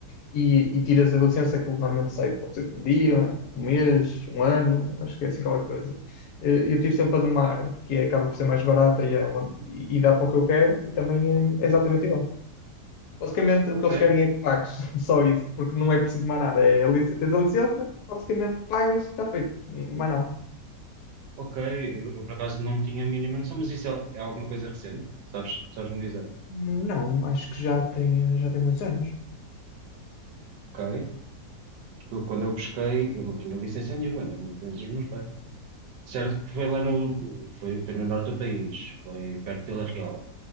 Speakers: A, on the left (about 75°); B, on the right (about 75°).
A: e, e tiras a licença, aquilo normalmente sai, pode ser um dia, um mês, um ano, acho que é assim qualquer coisa. Eh, Eu tiro sempre a da Mar, que é, acaba por ser mais barata e, é onde- e- e dá para o que eu quero e também eh, é exatamente igual. Basicamente o
B: ok,
A: que eles querem é que pagues, <laughs> só isso, porque não é preciso mais nada. É, a lic- tens a licença, basicamente pagas e está feito, mais nada.
B: ok. Eu, eu, por acaso não tinha a mínima noção, mas isso é, é alguma coisa recente, sabes, sabes me dizer?
A: Não, acho que já tem, já tem muitos anos.
B: Ok, Eu, Quando eu pesquei, eu não tinha licença nenhuma, nem muito menos os meus pais. Certo que foi lá no, foi, foi no norte do país, foi perto de Vila Real,